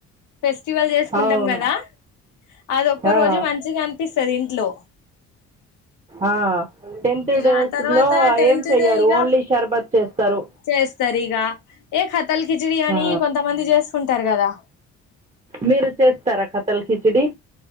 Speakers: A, on the left (about 80°); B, on the right (about 25°).
A: ఫెస్టివల్ చేసుకుంటాం
B: అవును
A: కదా అది ఒక్క
B: ఆ
A: రోజే మంచిగా అనిపిస్తది ఇంట్లో
B: ఆ టెన్త్
A: ఇక
B: డేస్
A: ఆ తర్వాత
B: లో
A: టెన్త్
B: ఏం చెయ్యరు
A: దే ఇక
B: ఓన్లీ షర్బత్ చేస్తారు
A: చేస్తారు ఇగ ఏ కతల్ కిచడి అని
B: ఆ
A: కొంతమంది చేసుకుంటారు కదా
B: మీరు చేస్తారా కతల్ కిచడి